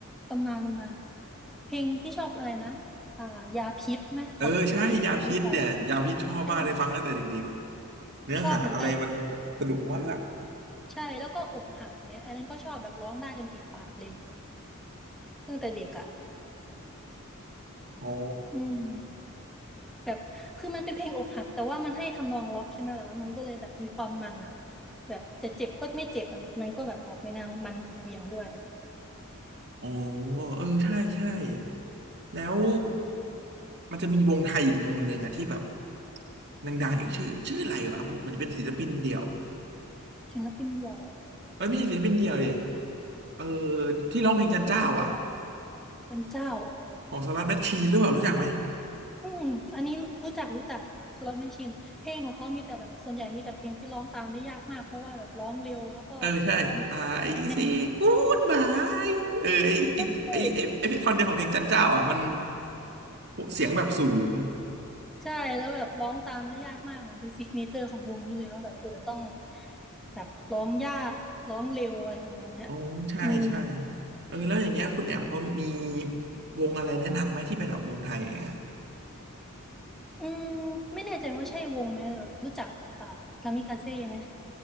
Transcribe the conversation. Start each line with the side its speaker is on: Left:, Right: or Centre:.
Centre: ตำนานตำนานเพลงที่ชอบอะไรนะอ่ายาพิษไหมของบอดี้สแลม
Right: เออใช่ยาพิษเนี่ยยาพิษชอบมากเลยฟังตั้งแต่เด็ก
Centre: เต้น
Right: เนื้อหาอะไรมันสนุกมาก
Centre: ชอบเหมือนกันใช่แล้วก็อกหักแม้อันนั้นก็ชอบแบบร้องได้จนติดปากเลยตั้งแต่เด็กอ่ะ
Right: อ๋อ
Centre: อืมแบบคือมันเป็นเพลงอกหักแต่ว่ามันให้ทำนองล็อกใช่ไหมแต่ว่ามันก็เลยแบบมีความมันอ่ะแบบจะเจ็บก็ไม่เจ็บอะมันก็แบบออกไปนางมันสุดเหวี่ยงด้วย
Right: อ๋อเออ ใช่ ใช่ แล้วมันจะมีวงไทยอีกวงหนึ่งอะที่แบบดังๆอีกชื่อชื่ออะไรวะมันมันจะเป็นศิลปินเดี่ยว
Centre: ศิลปินเดียว
Right: เอ้ยไม่ใช่ศิลปินเดี่ยวดิเออที่ร้องเพลงจันเจ้าอ่ะ
Centre: เป็นเจ้า
Right: ของสลัดแมชชีนหรือเปล่ารู้จักไหม
Centre: อืมอันนี้รู้จักรู้จักสล็อตแมชชีนเพลงของเขามีแต่แบบส่วนใหญ่มีแต่เพลงที่ร้องตามได้ยากมากเพราะว่าแบบร้องเร็วแล้วก็
Right: เออใช่ I
Centre: แบบหนัดแน่นมาก
Right: say goodbye เออไอไอไอไอไอท่อนเดียวของเพลงจันเจ้าอ่ะมัน
Centre: ใช่
Right: เสียงแบบสูง
Centre: ใช่แล้วแบบร้องตามได้ยากมากเหมือนเป็นซิกเนเจอร์ของวงนี่เลยว่าแบบเออต้องแบบร้องยากร้องเร็วอะไรทำนองเนี้ย
Right: อ๋อใช่ใช่
Centre: อืม
Right: เออแล้วอย่างเงี้ยคุณแอมเขามีวงอะไรแนะนำไหมที่เป็นแบบวงไทยอย่างเงี้ย
Centre: อืมไม่แน่ใจว่าใช่วงไหมแบบรู้จักอ่ากามิกาเซ่ไหม